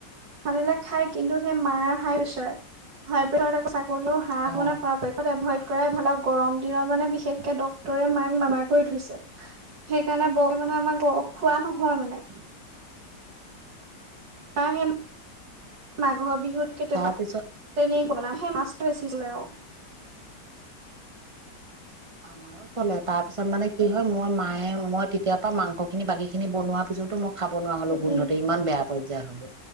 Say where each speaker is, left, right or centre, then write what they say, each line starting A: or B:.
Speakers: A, on the right; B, on the right.
A: আনিলে খাই কিন্তু সেই মাৰ হাই প্ৰেচাৰ হাই প্ৰেছাৰাক ক'নো হাঁহ
B: অ',
A: শুনা কৰা পক্ষত এভইড কৰাই ভালক গৰম দিনত মানে বিশেষকে ডক্তৰে মাক মানা কৰি থৈছিল সেইকাৰণে বৰকে মানে আমাৰ খোৱা নহয় মানে অ'। মাঘৰ বিহুত কেতিয়াবা
B: তাৰপিছত
A: তেনে বনাম হে মাছ লৈছিল আৰু
B: উম, আমাৰো চলে তাৰ পিছত মানে কি হয় মোৰ মায়ে মই তেতিয়াৰ পৰা মাংস খিনি বাকী খিনি বনোৱা পিছতো মই খাব নোৱাৰা হ'লেও
A: উম,
B: গোন্ধতে
A: উম,
B: ইমান বেয়া পৰ যা হ'ব।